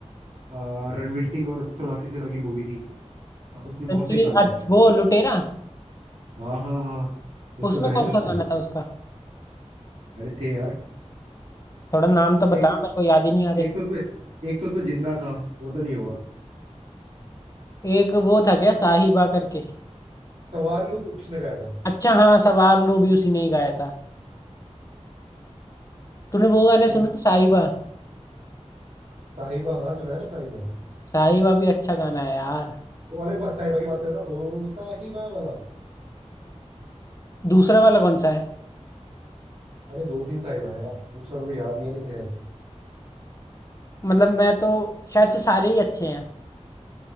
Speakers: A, on the right (about 60°); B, on the left (about 30°).
A: अ, रणवीर सिंह और सोनाक्षी सिन्हा की मूवी थी अ, उसमें बहुत
B: रणवीर
A: सही गाने हैं
B: अच-
A: उसके
B: वो लुटेरा
A: हाँ हाँ हाँ उसमें
B: उसमें
A: गाए हैं
B: कौन
A: ना उसने
B: सा गाना था उसका
A: अरे थे यार
B: थोड़ा नाम तो बता
A: एक
B: मेरे को याद ही नहीं आ रहे
A: एक तो उसमें एक तो उसमें जिंदा था वो तो नहीं होगा
B: एक वो था क्या साहिबा करके
A: सवार लू किसने गाया था
B: अच्छा हाँ सवार लूं भी उसी ने ही गाया था तूने वो गाना
A: एक
B: सुना साहिबा
A: साहिबा हाँ सुना है ना साहिबा
B: साहिबा भी अच्छा गाना है यार
A: वो वाले बा- साहिबा की बात कर रहा ओ साहिबा वाला
B: दूसरा वाला कौन सा है
A: अरे दो तीन साहिबा है यार दूसरा मेरे को याद नहीं है लेकिन है
B: मतलब मैं तो शायद से सारे ही अच्छे हैं